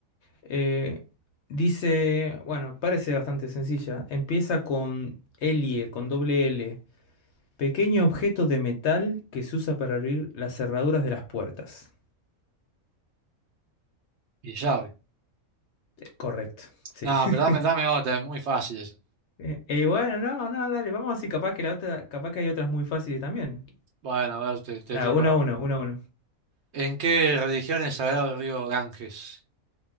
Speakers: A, on the left; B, on the right.
A: Eh, dice, bueno, parece bastante sencilla. Empieza con LIE, con doble L. Pequeño objeto de metal que se usa para abrir las cerraduras de las puertas.
B: y llave.
A: Correcto, sí.
B: No,
A: <laughs>
B: pero dame, dame otra, es muy fácil esa.
A: Eh, Y bueno, no, no, dale, vamos así, capaz que la otra, capaz que hay otras muy fáciles también.
B: Bueno, a ver, te, te
A: Nada,
B: tiro.
A: uno a uno, uno a uno.
B: ¿En qué religión es sagrado el río Ganges?